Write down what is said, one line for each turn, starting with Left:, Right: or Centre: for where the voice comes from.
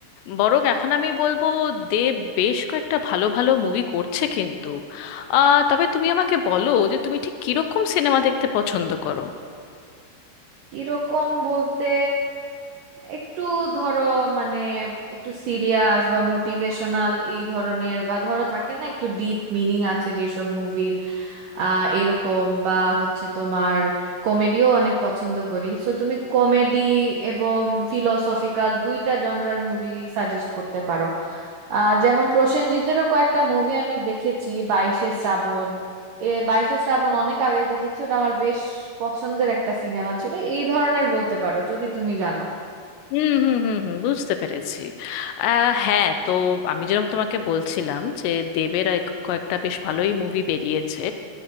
Left: বরং এখন আমি বলবো দেব বেশ কয়েকটা ভালো ভালো মুভি করছে কিন্তু আহ তবে তুমি আমাকে বলো যে তুমি ঠিক কিরকম সিনেমা দেখতে পছন্দ করো
Right: এরকম বলতে একটু ধরো মানে একটু সিরিয়াস বা মোটিভেশনাল এই ধরনের বা ধরো থাকে না একটু ডিপ মিনিং আছে যেসব মুভির আহ এরকম বা হচ্ছে তোমার কমেডিও অনেক পছন্দ করি সো তুমি কমেডি এবং ফিলোসফিক্যাল দুইটা জনরার মুভি সাজেস্ট করতে পারো আহ যেমন প্রসেনজিতেরও কয়েকটা মুভি আমি দেখেছি বাইশে শ্রাবণ এ বাইশে শ্রাবণ অনেক আগে দেখেছি ওটা আমার বেশ পছন্দের একটা সিনেমা ছিল এই ধরনের বলতে পারো যদি তুমি জানো
Left: হুম হুম হুম হুম বুঝতে পেরেছি আহ, হ্যাঁ তো আমি যেরকম তোমাকে বলছিলাম যে দেবের এক- কয়েকটা বেশ ভালোই মুভি বেরিয়েছে